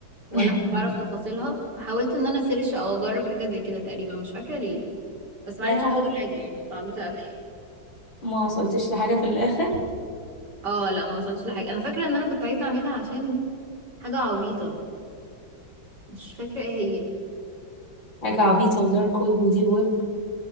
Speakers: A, on the right; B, on the left.
A: ولا
B: <laughs>
A: كنت اعرف تفاصيلها فحاولت ان انا اسيرش او اجرب حاجة زي كده تقريبا مش فاكرة ليه بس ما
B: يا
A: عرفتش
B: لهوي
A: اوصل لحاجة يعني كنت عبيطة قوي <laughs>
B: ما وصلتش لحاجة في الآخر
A: اه لا ما وصلتش لحاجة انا فاكرة ان انا كنت عايزة اعملها عشان حاجة عبيطة مش فاكرة ايه هي
B: حاجة عبيطة ودارك ويب وديب ويب